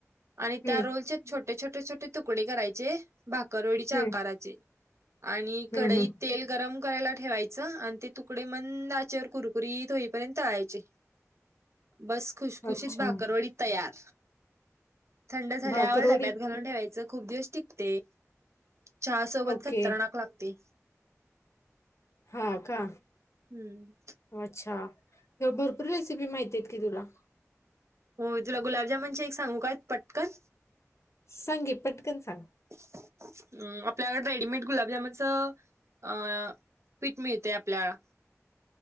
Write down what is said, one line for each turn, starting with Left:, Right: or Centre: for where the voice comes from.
Right: आणि
Left: हं,
Right: त्या रोलचे छोटे छोटे छोटे तुकडे करायचे भाकरव डीच्या
Left: हं,
Right: आकाराचे. आणि
Left: हं,
Right: कडईत
Left: हं.
Right: तेल गरम करायला ठेवायचं आणि ते तुकडे मंद त्याच्यावर कुरकुरी धोईपर्यंताळायचे बस खुशखुशीत
Left: अच्छा.
Right: भाकरवडी तयार. थंड झाल्यावर
Left: भाकरवडी
Right: डब्यात घालून ठेवायचं खूप दिवस टिकते. चहा सोबत
Left: ओके.
Right: खतरनाक लागते.
Left: हा का..
Right: हम्म....
Left: अच्छा भरपूर रेसिपी माहिती आहेत की तुला.
Right: हो तुला गुलाबजामन चे सांगू काय पटकन.
Left: सांगे पटकन सांग.
Right: अम् आपल्याकड रेडीमेड गुलाबजामनच. अं पीठ मिळते आपल्याला.